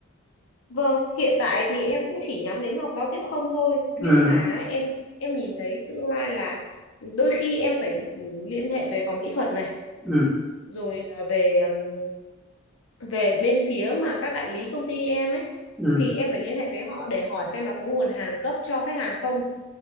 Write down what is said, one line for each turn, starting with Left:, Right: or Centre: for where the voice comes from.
Left: Vâng, hiện tại thì em cũng chỉ nhắm đến học giao tiếp không thôi, nhưng
Centre: ừ
Left: mà em em nhìn thấy tương lai là đôi khi em phải ừ, liên hệ về phòng kỹ thuật này,
Centre: ừ
Left: rồi là về ừm, về bên phía mà các đại lý công ty em ấy
Centre: ừ
Left: thì em phải liên hệ với họ để hỏi xem là có nguồn hàng cấp cho khách hàng không.